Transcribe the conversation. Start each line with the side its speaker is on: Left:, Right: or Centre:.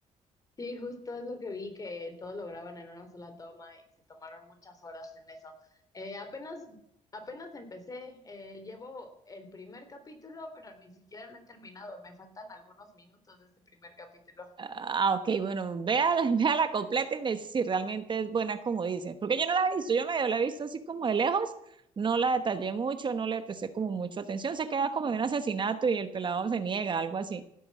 Left: Sí, justo es lo que vi, que todo lo graban en una sola toma y se tomaron muchas horas en eso. Eh, apenas, apenas empecé, eh, llevo el primer capítulo, pero ni siquiera lo he terminado. Me faltan algunos minutos de este primer capítulo.
Right: Ah, ok, bueno, vea, <laughs> vea la completa y me dice si realmente es buena como dicen. Porque yo no la he visto, yo medio la he visto así como de lejos, no la detallé mucho, no le presté como mucho atención. Se queda como de un asesinato y el pelado se niega, algo así.